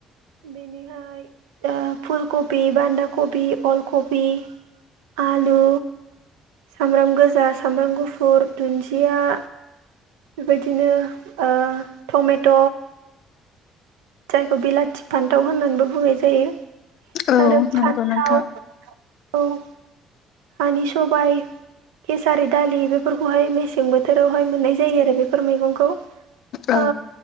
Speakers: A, on the right; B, on the left.
A: बिनिहाय दा फुलकबि बान्दा कबि अलकबि आलु सामब्राम गोजा सामब्राम गुफुर दुन्दिया बेबायदिनो ओ टमेट' जायखौ बिलाथि फान्थाव होननानैबो बुंनाय जायो।
B: औ
A: आरो फान्थाव
B: नंगौ नोंथां।
A: औ हानि सबाइ केसारि दालि बेफोरखौहाय मेसें बोथोरावहाय मोननाय जायो आरो बेफोर मैगंखौ।
B: औ
A: ओ